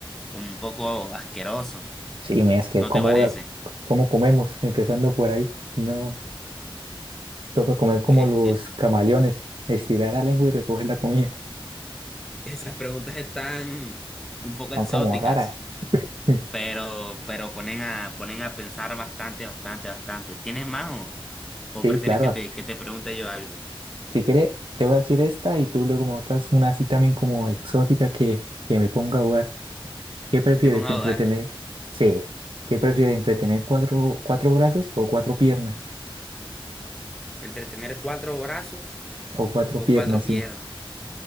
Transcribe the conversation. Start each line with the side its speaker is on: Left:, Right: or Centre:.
Centre: como un poco asqueroso.
Right: Sí, me es que
Centre: ¿No
Right: cómo,
Centre: te parece?
Right: voy a- cómo comemos, empezando por ahí. No, toca comer como
Centre: Bestia.
Right: los camaleones, estirar la lengua y recoger la comida.
Centre: Esas preguntas están un poco
Right: Están
Centre: exóticas.
Right: como raras. <laughs>
Centre: pero, pero ponen a, ponen a pensar bastante, bastante, bastante. ¿Tienes más o, o
Right: Sí,
Centre: prefieres
Right: claro.
Centre: que
Right: ac-
Centre: te, que te pregunte yo algo?
Right: Si quiere, te voy a decir esta y tú luego me botas una así también como exótica que, que me ponga a jugar. ¿Qué prefieres,
Centre: Que te ponga
Right: entretener?
Centre: a dudar.
Right: Sí. ¿Qué prefieres, entretener cuatro, cuatro brazos o cuatro piernas?
Centre: ¿Entre tener cuatro brazos
Right: O cuatro
Centre: o
Right: piernas,
Centre: cuatro piernas?
Right: sí.